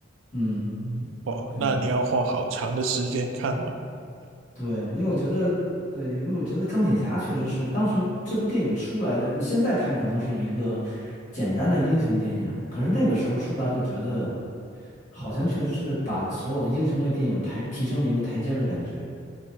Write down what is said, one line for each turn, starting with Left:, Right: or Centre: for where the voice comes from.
Left: 嗯，
Right: 嗯，哇，
Left: 对。
Right: 那你要花好长的时间看完。
Left: 对，因为我觉得，对，因为我觉得钢铁侠确实是当时这部电影出来的，你现在看可能是一个简单的英雄电影，可是那个时候出来就觉得，好像确实是把所有的英雄类电影抬提升了一个台阶儿的感觉。